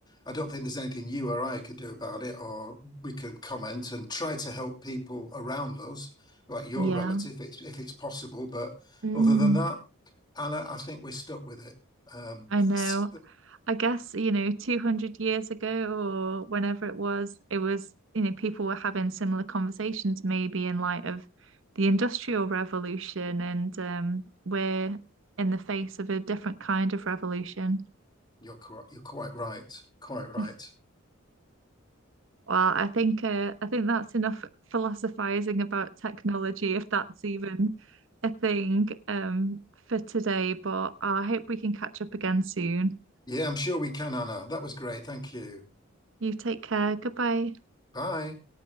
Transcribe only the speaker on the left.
I don't think there's anything you or I could do about it, or we can comment and try to help people around us, like your
relative, if it's, if it's possible. But
other than that, Anna, I think we're stuck with it. Um,
<laughs> so
you're quite, you're quite right, quite right.
Yeah, I'm sure we can, Anna. That was great. Thank you.
Bye.